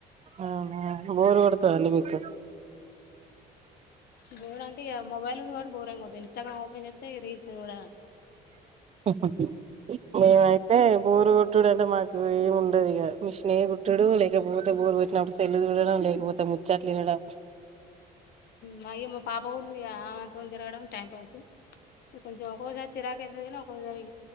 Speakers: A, on the right; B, on the left.
A: అవును బోరు కొడుతద అండి మీకు
B: బోర అంటే ఇక మొబైల్ ఉంది కాబట్టి బోరెం కొట్టదు ఇన్స్టాగ్రామ్ ఓపెన్ చేస్తే రీల్స్ కూడా
A: ఆహ మేమైతే బోరుగుట్టుడు అంటే మాకు ఏమి ఉండదు ఇక మిషనే గుట్టుడు లేకపోతే <unintelligible> పెట్టినప్పుడు సెల్లులు చూడడం లేకపోతే ముచ్చట్లు వినడం
B: మా అయ్య మా పాప కూడుంది ఇగ అంత తిరగడం టైం పాసు కొంచెం ఒక్కొసారి చిరాకు <unintelligible> ఒక్కోసారి